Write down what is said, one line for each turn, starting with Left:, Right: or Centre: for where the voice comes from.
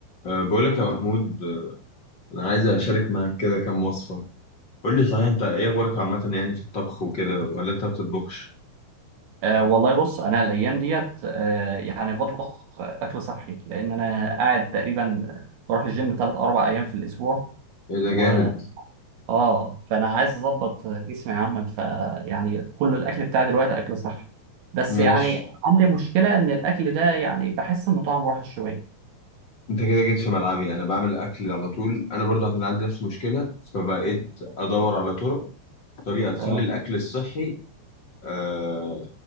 Left: أه، بقول لك يا محمود أه، انا عايز اشارك معاك كده كام وصفه قول لي صحيح انت ايه اخبارك عامه يعني في الطبخ وكده ولا انت ما بتطبخش
Right: أه والله بص انا الايام ديت أه يعني بطبخ اكل صحي لان انا قاعد تقريبا بروح الجيم ثلاث اربع ايام في الاسبوع
Left: ايه ده
Right: و
Left: جامد
Right: اه فانا عايز اظبط جسمي عامه فيعني كل الاكل بتاعي دلوقتي اكل صحي بس
Left: ماشي
Right: يعني عندي مشكله ان الاكل ده يعني بحس انه طعمه وحش شويه
Left: انت كده جيت في ملعبي انا بعمل اكل على طول انا برضو كان عندي نفس المشكله فبقيت ادور على طرق طريقه تخلي
Right: اه
Left: الاكل الصحي أه